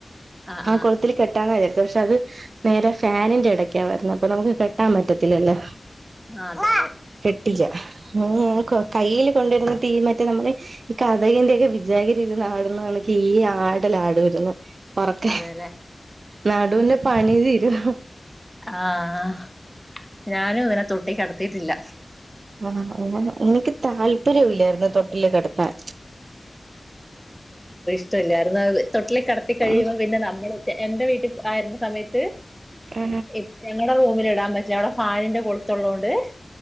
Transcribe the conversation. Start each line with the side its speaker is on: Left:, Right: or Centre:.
Centre: ആഹ്
Right: ആ
Centre: ആഹ്
Right: കൊളത്തില് കെട്ടാന്നാ വിചാരിച്ചെ പക്ഷെ അത് നേരെ ഫാനിന്റെ ഇടയ്ക്കാ വരുന്നെ അപ്പൊ നമുക്ക് കെട്ടാൻ പറ്റ റ്റില്ലല്ലോ
Centre: ആഹ് അതെ
Right: ഇല്ല്യ ഉ ഉം കൊ കയ്യില് കൊണ്ടിരന്ന് ട്ടി ഈ മറ്റേ നമ്മക്ക് ഈ കതകിന്റെയൊക്കെ വിചാകിരി ഇരുന്നാടുകണക്ക് ഈ ആടലാടുവാരുന്നു പൊറക്കെ
Centre: അതെല്ലേ ആഹ് അതെല്ലെ
Right: നടുവിന്റെ പണി തീരുവാ
Centre: ആഹ് ഞാനും ഇവനെ തൊട്ടി കെടത്തിട്ടില്ല
Right: ആഹ അങ്ങനെ എനിക്ക് താല്പര്യല്ലായിരുന്നു തൊട്ടില് കിടത്താൻ
Centre: ഇഷ്ട്ടം ഇല്ലായിരുന്നു <unintelligible> തൊട്ടില കിടത്തി കഴിയുമ്പോ
Right: ആ
Centre: പിന്നെ നമ്മള എന്റെ വീട്ടി ആയിരുന്ന സമയത്ത് <unintelligible>
Right: ആ
Centre: അവിടെ റൂമില ഇടാൻ പറ്റില്ല അവിടെ ഫാനിന്റെ കൊടുത്തുള്ളോണ്ട്